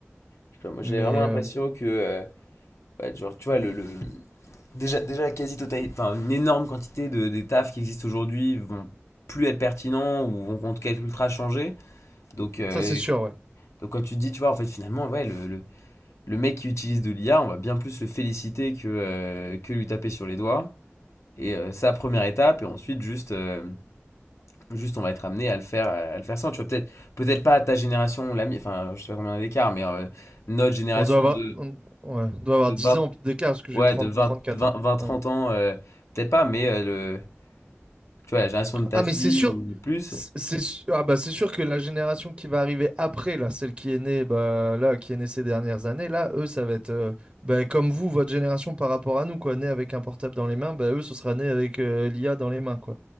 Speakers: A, on the left; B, on the right.
A: je sais pas, moi, j'ai
B: Mais
A: vraiment l'impression
B: euh,
A: que, euh, bah, genre, tu vois, le, le- déjà, déjà la quasi-totalité, enfin une énorme quantité de, des tafs qui existent aujourd'hui vont plus être pertinents ou vont en tout cas être ultra changés. Donc, euh,
B: ça, c'est sûr, ouais.
A: donc quand tu te dis, tu vois, en fait finalement, ouais, le, le, le mec qui utilise de l'IA, on va bien plus le féliciter que, euh, que lui taper sur les doigts. Et euh, c'est la première étape, et ensuite juste... euh, Juste, on va être amené à le faire, à le faire sans. Tu vois, peut-être, peut-être pas à ta génération, la mi- enfin, je sais pas combien on a d'écart, mais euh, notre génération
B: On doit avoir,
A: de,
B: on, ouais, on doit avoir
A: de
B: 10
A: 20,
B: ans d'écart parce que j'ai
A: ouais,
B: trente,
A: de vingt
B: trente-quatre.
A: vingt vingt trente
B: Ouais.
A: ans, euh, peut-être pas, mais euh, Tu vois, la génération de ta
B: Ah,
A: fille
B: mais c'est sûr,
A: ou plus,
B: c'est c'est ah bah c'est sûr que la génération qui va arriver après, là, celle qui est née, bah, là, qui est née ces dernières années, là, eux, ça va être euh, bah, comme vous, votre génération par rapport à nous, quoi, née avec un portable dans les mains, bah, eux, ce sera né avec euh, l'IA dans les mains, quoi.